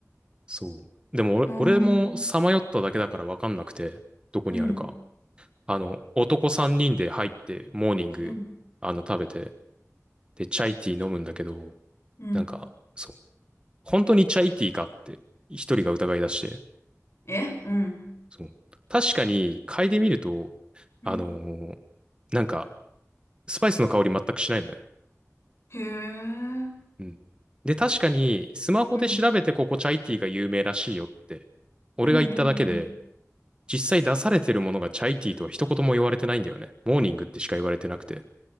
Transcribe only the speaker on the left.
う。うー
ん。
うん。
うん。
うん。
えうん。
うん。
へえ。
うん。
うんうんうん。